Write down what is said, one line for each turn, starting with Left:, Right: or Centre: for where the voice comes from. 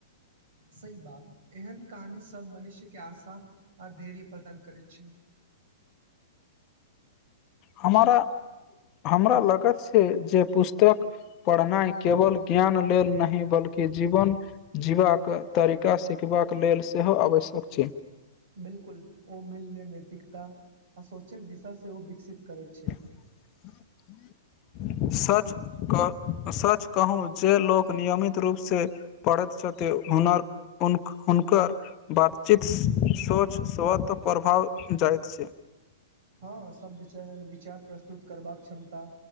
Right: सही बात एहन कहानी सब मनुष्य केँ आशा आ धैर्य प्रदान करैत छै
Left: हमारा हमरा लागत छै जे पुस्तक पढ़नाइ केवल ज्ञान लेल नहि बल्कि जीवन जीबाक तरीका सिखबाक लेल सेहो आवश्यक छै
Right: बिलकुल ओ मूल्ये नैतिकता आ सोचक दिशा सेहो विकसित करैत छै
Left: <inaudible> सच कऽ सच कहू जे लोक नियमित रूप से पढ़ेत छथि हनर हुन - हुनक बातचीत सोच स्वत प्रभाव जाइत छै
Right: हँ सब विचाइन विचार प्रस्तुत करबाक क्षमता